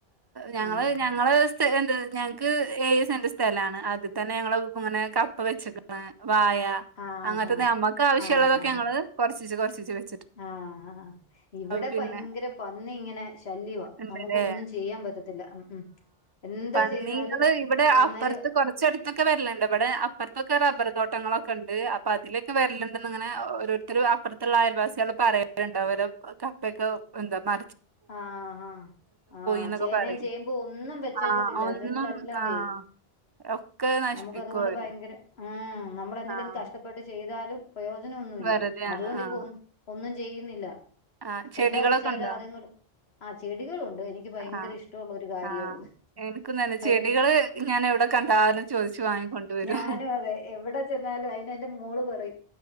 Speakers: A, on the right; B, on the left.
A: ഞങ്ങള്
B: ആഹ്
A: ഞങ്ങള് എ ഞങ്ങക്ക് ഏഴ് സെന്റ് സ്ഥലാണ് അതിൽ തന്നെ ഞങ്ങള് ഇങ്ങനെ കപ്പ വെച്ചക്കിണ് വായ
B: ആഹ്
A: അങ്ങനത്തെ നമ്മുക്ക് ആവശ്യമുള്ളതൊക്കെ
B: ആഹ് ആഹ്
A: ഞങ്ങൾ കൊറച്ചിച്ചോ കോറച്ചിച്ചോ കൊറ ചി ചി
B: ആഹ് ആഹ് ഇവിടെ
A: പിന്നെ
B: പയങ്കര പന്നി ഇങ്ങനെ ശല്യമാ
A: ഉണ്ടല്ലേ
B: നമുക്കൊന്നും ചെയ്യാൻ പറ്റത്തില്ല ഉ ഉം എന്താ
A: പന്നിള്
B: ചെയ്താലും
A: ഇവിടെ
B: അന്നേരം
A: അപ്പുറത്ത് കുറച്ച എടുത്തൊക്കെ വരിലണ്ട് ഇവിടെ അപ്പുറത്തൊക്കെ റബ്ബർ തോട്ടങ്ങളൊക്കെ ഉണ്ട് അപ്പൊ അതിലൊക്കെ വരലന്ന് ഇങ്ങനെ ഓരോരുത്തരു അപ്പൊറത്തുള്ള അയൽവാസികൾ പറയാറുണ്ട് അവ കപ്പയൊക്കെ എന്താ പ
B: ആഹഹാ ആഹ
A: എന്നൊക്കെ
B: ചേനയും
A: പറയും
B: ചേമ്പു ഒന്നും വെച്ചേക്കതില്ലാ
A: ആഹ് ഒന്നും
B: ഇത്ങ്ങൾ എല്ലാവേ
A: ആഹ് ഒക്കെ നശിപ്പിക്കും
B: നമ്മക്ക് അത്കൊണ്ട്
A: അവര്
B: ഭയങ്കര ആ നമ്മളെന്തേലൊന്ന്
A: ആഹ്
B: കഷ്ടപ്പെട്ട് ചെയ്യ്ച്ചാൽ താലും പ്രയോജനം ഒന്നുമില്ല
A: വെറുതെയാണ്
B: അതുകൊണ്ട്
A: ആഹ്
B: ഇപ്പോ ഒന്നും ചെയ്യ് ക്കാൻ ജെയും ന്നില്ലാ
A: ആഹ് ചെടികളൊക്കെ
B: എന്തോ വെച്ചാലോ
A: ഉണ്ടോ
B: അത് ആ ചെടികളുണ്ട്. എനിക്ക് ഭയങ്കര
A: ആഹ്
B: ഇഷ്ടമുള്ള ഒരു കാര്യ
A: ആഹ്
B: അത്.
A: എനിക്കും തന്നെ
B: അത്കൊ
A: ചെടികള് ഞാൻ എവിടെ കണ്ടാലും ചോദിച്ചു വാങ്ങിക്കൊണ്ടുവരും
B: ഞാനും അതെ എവിടെ ചെന്നാലും അതിന് എന്റെ മോള് പറയും